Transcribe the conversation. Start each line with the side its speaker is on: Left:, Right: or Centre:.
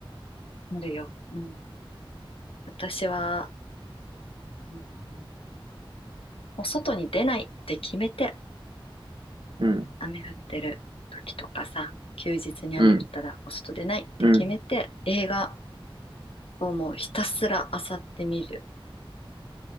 Left: うんなるよ。うん。私は、あの、もう外に出ないって決めて
Right: うん、
Left: 雨降ってる時とかさ、休日に雨降ったらお外出ないって決めて、
Right: うん、うん。
Left: 映画をもうひたすら漁ってみる。